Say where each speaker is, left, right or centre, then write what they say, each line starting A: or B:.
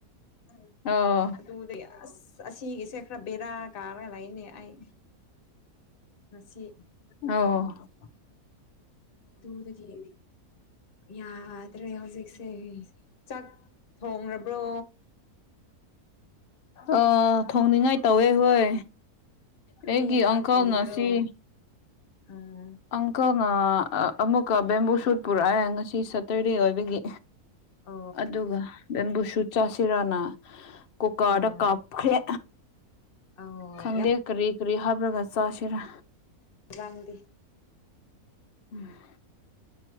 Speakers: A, on the left; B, on the left.
A: ꯎꯝ
B: ꯑꯣ
A: ꯑꯗꯨꯗꯩ ꯑꯁ ꯑꯁꯤꯒꯤꯁꯦ ꯈꯔ ꯕꯦꯔꯥ ꯀꯥꯔꯒ ꯂꯩꯅꯦ ꯑꯩ ꯉꯁꯤ
B: ꯑ
A: ꯇꯨꯗꯒꯤ ꯌꯥꯗ꯭ꯔꯦ ꯍꯧꯖꯤꯛꯁꯦ ꯆꯥꯛ ꯊꯣꯡꯕ꯭ꯔꯣ
B: ꯑ ꯊꯣꯡꯅꯤꯡꯉꯥꯏ ꯇꯧꯋꯦ ꯍꯣꯏ
A: ꯈꯔꯤ
B: ꯑꯩꯒꯤ
A: ꯌꯦꯟꯖꯥꯡ
B: ꯑꯪꯀꯜꯅ
A: ꯊꯣꯡꯒꯦꯔꯣ
B: ꯁꯤ
A: ꯎꯝ
B: ꯑꯪꯀꯜꯅ ꯑꯃꯨꯛꯀ ꯕꯦꯝꯕꯨ ꯁꯨꯠ ꯄꯨꯔꯛꯑꯦ ꯉꯁꯤ ꯁꯇꯔꯗꯦ ꯑꯣꯏꯕꯒꯤ
A: ꯑꯣ
B: ꯑꯗꯨꯒ ꯅꯦꯝꯕꯨꯁꯨ ꯆꯥꯁꯤꯔꯅ ꯀꯨꯀꯥꯔꯗ
A: ꯎꯝ
B: ꯀꯥꯞꯈ꯭ꯔꯦ
A: ꯑꯣ
B: ꯈꯪꯗꯦ
A: ꯌꯥꯝ
B: ꯀꯔꯤ ꯀꯔꯤ ꯍꯥꯞꯂꯒ ꯆꯥꯁꯤꯔ
A: ꯅꯪꯗꯤ
B: ꯎꯝ